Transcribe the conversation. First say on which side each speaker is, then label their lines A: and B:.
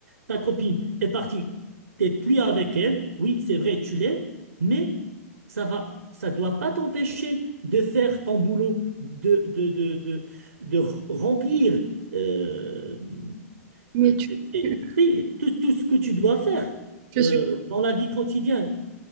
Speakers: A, on the right (about 75°); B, on the right (about 40°).
A: ta copine est partie, t'es plus avec elle, oui, c'est vrai, tu l'es, mais ça va, ça doit pas t'empêcher de faire ton boulot, de, de, de, de, de remplir. euh,
B: Mais
A: euh,
B: tu,
A: t'es- t'es
B: tu-
A: pris, tout, tout ce que tu dois faire
B: je
A: euh,
B: suis,
A: dans la vie quotidienne.